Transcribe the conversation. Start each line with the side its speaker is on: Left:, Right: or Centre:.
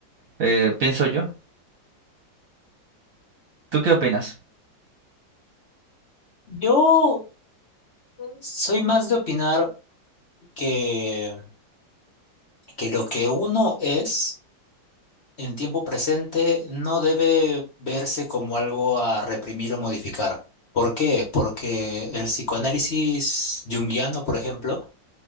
Right: Eh, pienso yo. ¿Tú qué opinas?
Left: Yo soy más de opinar que, que lo que uno es. en tiempo presente no debe verse como algo a reprimir o modificar. ¿Por qué? Porque el psicoanálisis junguiano, por ejemplo,